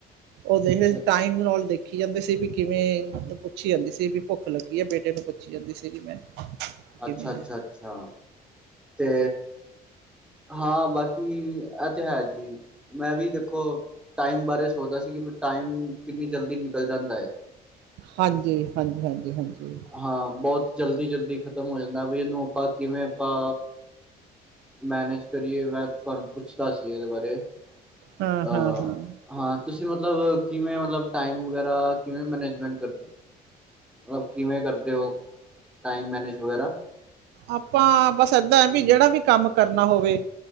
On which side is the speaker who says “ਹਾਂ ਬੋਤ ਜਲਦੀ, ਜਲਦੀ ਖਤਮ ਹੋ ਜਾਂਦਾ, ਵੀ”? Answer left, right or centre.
Centre